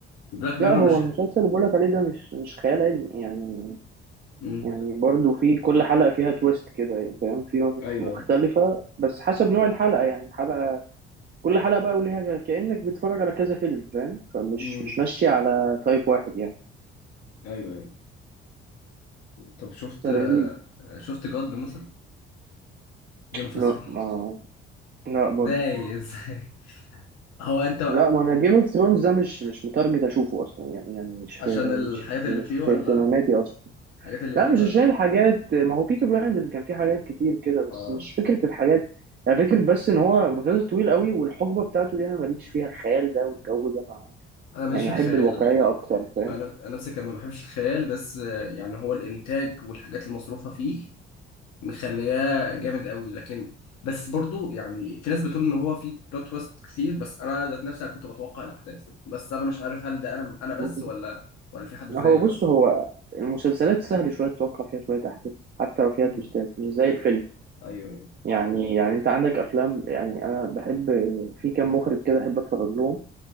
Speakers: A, on the left; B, on the right.
A: وبلاك بيرور
B: لا هو
A: مش
B: المسلسل اللي بقولك عليه ده مش مش خيال علمي يعني
A: امم
B: يعني برضه في كل حلقة فيها تويست كده يعني فاهم في
A: ايوه
B: مختلفة
A: ايوه
B: بس حسب نوع الحلقة يعني حلقة كل حلقة بقى وليها كأنك بتتفرج على كذا فيلم فاهم فمش
A: امم
B: مش ماشية على تايب واحد يعني
A: ايوه ايوه طب شفت
B: فلذيذ
A: شفت جود مثلا جيم اوف
B: لا
A: ثرونز
B: ما لا برضه
A: ازاي <laughs> ازاي هو انت
B: لا ما انا جيم اوف ثرونز ده مش مش متارجت اشوفه اصلا يعني يعني مش في
A: عشان الحاجات
B: مش في
A: اللي
B: مش
A: فيه ولا
B: في اهتماماتي اصلا
A: الحاجات اللي
B: لا
A: فيه
B: مش
A: ولا
B: عشان الحاجات ما هو بيكي بلايندرز كان فيه حاجات كتير كده بس
A: اه
B: مش فكره الحاجات يعني فكره بس ان هو مسلسل طويل قوي والحقبه بتاعته دي انا ماليش فيها الخيال ده والجو ده مع
A: انا ماليش
B: يعني
A: في الخيال
B: احب الواقعيه اكتر فاهم
A: ما انا أنا نفسي كان ما بحبش الخيال بس آه، يعني هو الانتاج والحاجات المصروفه فيه مخلياه جامد قوي لكن بس برضو يعني في ناس بتقول ان هو فيه بلوت تويست كتير بس انا ذات نفسي انا كنت بتوقع الاحداث بس انا مش عارف هل ده انا انا بس
B: <laughs>
A: ولا ولا في حد زيي
B: هو بص
A: ولا
B: هو المسلسلات سهل شوية تتوقع فيها شوية أحداث حتى لو فيها
A: امم
B: تويستات مش زي الفيلم
A: ايوه ايوه
B: يعني يعني أنت عندك أفلام يعني أنا بحب في كام مخرج كده أحب أتفرج لهم